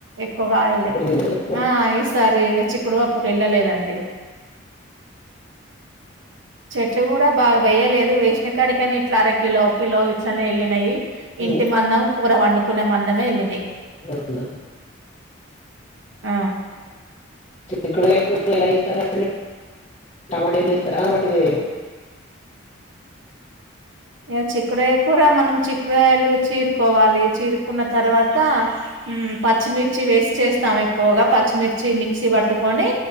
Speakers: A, on the right; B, on the left.
A: ఎక్కువ కాయలే
B: చిక్కుడు గింజలు ఎక్కువ
A: ఆ ఈసారి చిక్కుడు అప్పుకు వెళ్ళలేదండి చెట్లు కూడా బాగా వేయలేదు వేసిన కాడికని ఇట్లా అర కిలో కిలో ఇట్లనే వెళ్ళినయి ఇంటి
B: ఉమ్,
A: మందం కూర వండుకు కునే మందమ వెళ్ళినాయి
B: అవునా
A: ఆ
B: చిక్కుడుకాయ కూర ఎలా చేస్తారా టమాటా ఇది చేస్తారా ఇది
A: ఇక చిక్కుడుయ కూడా మనం చిక్కుడుయలు చీరుకోవాలి చీరుకున్న తర్వాత పచ్చిమిర్చి వేసి చేస్తాం ఎక్కువగా పచ్చిమిర్చి మిక్సీ పట్టుకొని